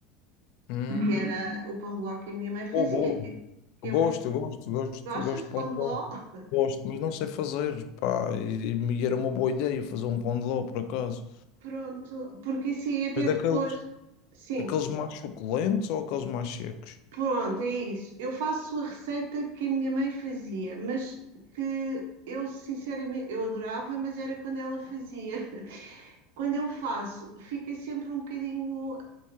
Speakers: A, on the left; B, on the right.
A: Hum,
B: que era o pão de ló que a minha mãe fazia,
A: boa, boa.
B: que, que
A: Gosto,
B: é muito
A: gosto, gosto,
B: gostas
A: gosto de
B: de
A: pão
B: pão
A: de
B: de
A: ló.
B: ló? <laughs>
A: Gosto, mas não sei fazer, pá. E, e era uma boa ideia fazer um pão de ló, por acaso.
B: Pronto, porque assim até
A: Mas daqueles,
B: depois, sim,
A: aqueles mais suculentos ou aqueles mais secos?
B: pronto, é isso. Eu faço a receita que a minha mãe fazia, mas que eu sinceramente eu adorava, mas era quando ela fazia <laughs> quando eu faço, fica sempre um bocadinho